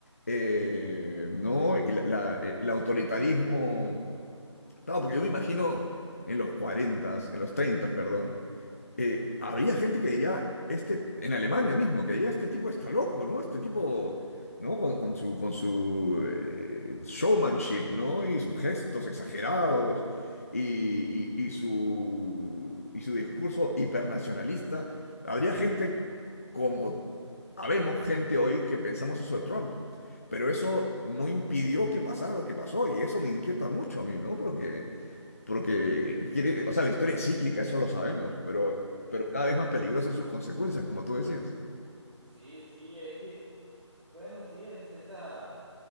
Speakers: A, on the left; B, on the right.
A: eh, ¿no? Y la- la- el autoritarismo, claro, porque yo me imagino en los 40, en los 30, perdón eh, habría gente que diría, este, en Alemania mismo, que diría, este tipo está loco, ¿no? Este tipo, ¿no? Con, con su, con su eh, showmanship, ¿no? Y sus gestos exagerados y, y- y su, y su discurso hipernacionalista. Habría gente como, habemos gente hoy que pensamos eso de Trump. Pero eso
B: Sí,
A: no
B: sí.
A: impidió que pasara lo que pasó y eso me inquieta mucho a mí, ¿no? Porque...
B: <laughs>
A: Porque quiere, o sea, la historia es cíclica, eso lo sabemos, pero,
B: Sí,
A: pero
B: sí.
A: cada vez más peligrosa en sus consecuencias, como tú decías.
B: Sí, sí, es que Bueno, sí, es esa,